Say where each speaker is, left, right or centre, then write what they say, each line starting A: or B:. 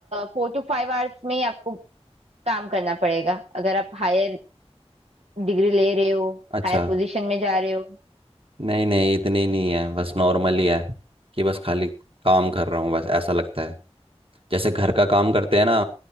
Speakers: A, on the right; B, on the right.
A: four to five hours में ही आपको काम करना पड़ेगा अगर आप हायर डिग्री ले रहे हो
B: अच्छा
A: हायर पोजीशन में जा रहे हो
B: नहीं नहीं इतनी नहीं है बस नॉर्मल ही है कि बस खाली काम कर रहा हूँ बस ऐसा लगता है जैसे घर का काम करते हैं ना